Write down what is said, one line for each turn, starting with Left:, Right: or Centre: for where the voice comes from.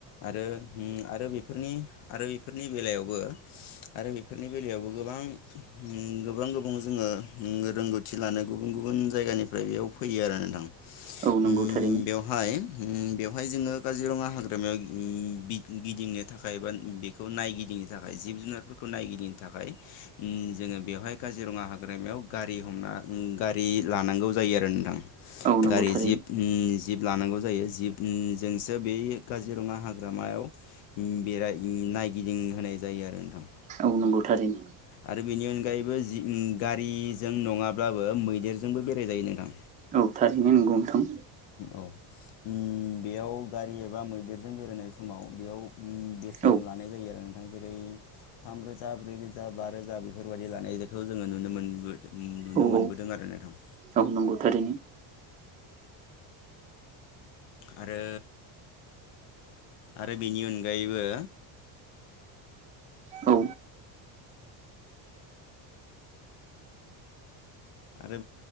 Left: आरो उम आरो बेफोरनि आरो बेफोरनि बेलायावबो आरो बेफोरनि बेलायावबो गोबां उम गोबां गोबां जोङो रोंगौथि लानो गुबुन गुबुन जायगानिफ्राय बेयाव फैयो आरो ना नोंथां
Right: औ नंगौ
Left: उम
Right: थारैनो
Left: बेयाव बेवहाय उम बेवहाय जोङो काजिरङा हाग्रामायाव उम गिदिंनो थाखाय बा बेखौ नायगिदिंनो थाखाय जिब जुनारफोरखौ नायगिदिंनो थाखाय उम जोङो बेवहाय काजिरङा हाग्रामायाव हमना गारि लानांगौ जायो आरो नोंथां।
Right: औ नंगौ
Left: गारि
Right: थारैनो
Left: जिब अम जिब लानांगौ जायो जिब जोंसो बे काजिरङा हाग्रामायाव बेराय नायगिदिं होनाय जायो आरो नोंथां।
Right: औ नंगौ थारैनो
Left: आरो बेनि अनगायैबो जि गारिजों नङाब्लाबो मैदेरजोंबो बेराय जायो नोंथां।
Right: औ थारैनो नंगौ नोंथां
Left: औ अम‌ बेयाव गारि एबा मैदेरजों बेरायनाय समाव बेयाव बेसेन
Right: औ
Left: लानाय जायो आरो नोंथां जेरै थामरोजा ब्रैरोजा बा रोजा बेफोरबायादि लानायखौ जोंङो नुनो मोन नुनो
Right: औ
Left: मोनबोदों
Right: औ
Left: आरो नोंथां।
Right: औ नंगौ थारैनो।
Left: आरो आरो बेनि अनगायैबो
Right: औ
Left: आरो